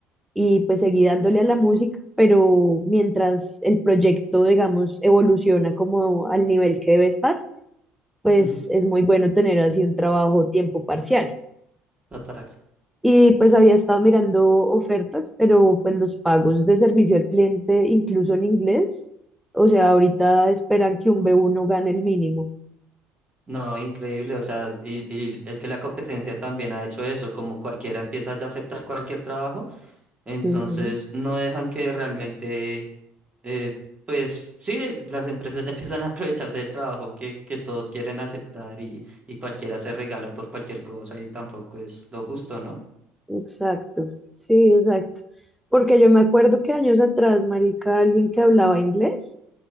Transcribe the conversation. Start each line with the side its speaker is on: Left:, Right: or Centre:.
Centre: y pues seguí dándole a la música, pero mientras el proyecto, digamos, evoluciona como al nivel que debe estar, pues
Right: ujú,
Centre: es muy bueno tener así un trabajo tiempo parcial.
Right: total.
Centre: Y pues había estado mirando ofertas, pero pues los pagos de servicio al cliente, incluso en inglés, o sea, ahorita esperan que un B1 gane el mínimo.
Right: No, increíble, o sea, y, y es que la competencia también ha hecho eso, como cualquiera empieza ya a aceptar cualquier trabajo, entonces
Centre: Ujú.
Right: no dejan que realmente, eh, pues sí, las empresas <laughs> ya empiezan a aprovecharse del trabajo que, que todos quieren aceptar y, y cualquiera se regala por cualquier cosa y tampoco es lo justo, ¿no?
Centre: Exacto, sí, exacto. Porque yo me acuerdo que años atrás, marica, alguien que hablaba inglés,